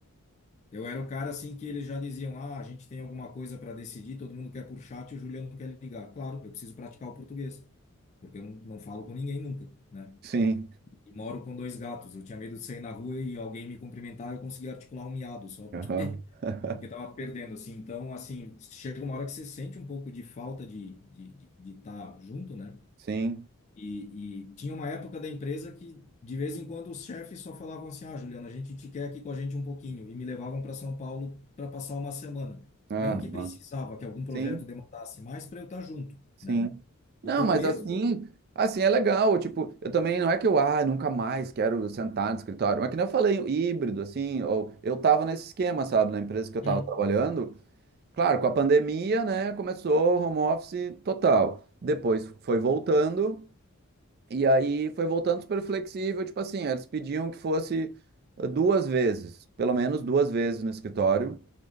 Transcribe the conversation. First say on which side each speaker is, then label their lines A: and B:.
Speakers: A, on the left (about 30°); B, on the right (about 45°).
A: eu era o cara assim que eles já diziam: ah, a gente tem alguma coisa para decidir, todo mundo quer por chat e o Juliano quer ligar. Claro, eu preciso praticar o português, porque eu não, não falo com ninguém nunca, né?
B: sim.
A: E moro com dois gatos, eu tinha medo de sair na rua e alguém me cumprimentar, eu conseguia articular um miado só, porque,
B: aham, <laughs>
A: porque tava perdendo, assim. Então, assim, chega uma hora que você sente um pouco de falta de estar de, de, de tá junto, né?
B: Sim.
A: E, e tinha uma época da empresa que, de vez em quando, os chefes só falavam assim: Ah, Juliana, a gente te quer aqui com a gente um pouquinho. E me levavam para São Paulo para passar uma semana.
B: ah,
A: Não que
B: mas-
A: precisava que algum projeto
B: sim,
A: demandasse mais para eu estar junto,
B: sim.
A: né?
B: Não,
A: Então,
B: mas
A: mesmo
B: assim, assim é legal, tipo, eu também não é que eu ah, nunca mais quero sentar no escritório, mas que nem eu falei, o híbrido assim, ou eu tava nesse esquema, sabe, na empresa que eu tava
A: Hum.
B: trabalhando. Claro, com a pandemia, né, começou home office total. Depois foi voltando. E aí foi voltando super flexível, tipo assim, eles pediam que fosse eh, duas vezes, pelo menos duas vezes no escritório,